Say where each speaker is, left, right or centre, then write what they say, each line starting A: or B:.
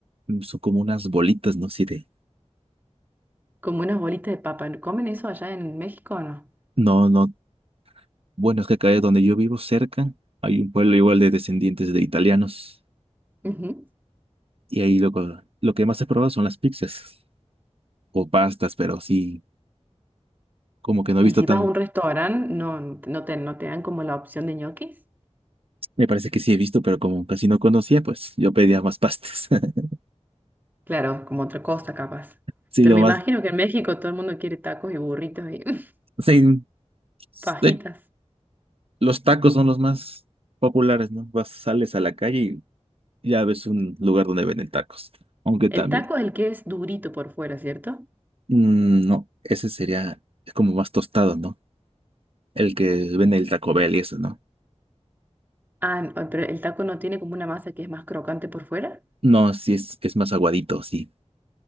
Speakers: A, on the right; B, on the right.
A: mm, son como unas bolitas, ¿no? Sí, de...
B: Como unas bolitas de papa. ¿Comen eso allá en México o no?
A: No, no. Bueno, es que acá donde yo vivo, cerca, hay un pueblo igual de descendientes de italianos.
B: Ujú.
A: Y ahí lo, co- lo que más he probado son las pizzas o pastas, pero sí, como que no he
B: Y
A: visto
B: si
A: tan...
B: vas a un restaurante, no, no te, no te dan como la opción de ñoquis.
A: Me parece que sí he visto, pero como casi no conocía, pues yo pedía más pastas. <laughs>
B: Claro, como otra cosa capaz.
A: Sí,
B: Pero
A: lo
B: me
A: más...
B: imagino que en México todo el mundo quiere tacos y burritos y <laughs>
A: Sí,
B: fajitas.
A: de Los tacos son los más populares, ¿no? Vas, sales a la calle y ya ves un lugar donde venden tacos. Aunque también,
B: El taco es el que es durito por fuera, ¿cierto?
A: mm, no, ese sería es como más tostado, ¿no? El que vende el Taco Bell y eso, ¿no?
B: Ah, no, pero el taco no tiene como una masa que es más crocante por fuera.
A: No, sí es, es más aguadito, sí.